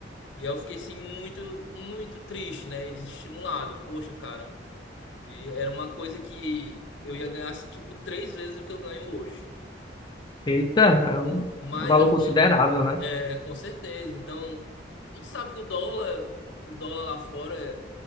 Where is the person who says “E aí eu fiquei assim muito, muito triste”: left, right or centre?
Left